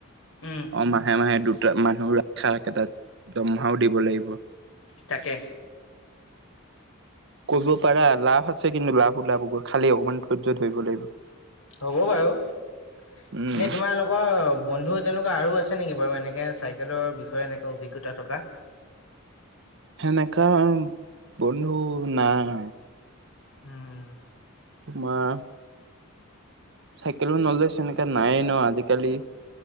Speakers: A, on the left; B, on the right.
A: উম,
B: অ মাহে মাহে দুটা মানুহ ৰখা কেইটাক দমহাও দিব লাগিব।
A: থাকে।
B: কৰিব পাৰা। লাভ আছে, কিন্তু লাভ ওলাভ গৈ খালি অকমান ধৈৰ্য ধৰিব লাগিব।
A: হ'ব বাৰু এনেই
B: উম
A: তোমাৰ লগত অ বন্ধু তেনেকুৱা আৰু আছে নেকি বাৰু এনেকে চাইকেলৰ বিষয়ে এনেকে অভিজ্ঞতা থকা।
B: সেনেকা বন্ধু নাই।
A: উম।
B: তোমাৰ চাইকেলো নলেজ এনেকা নাইে ন আজিকালি,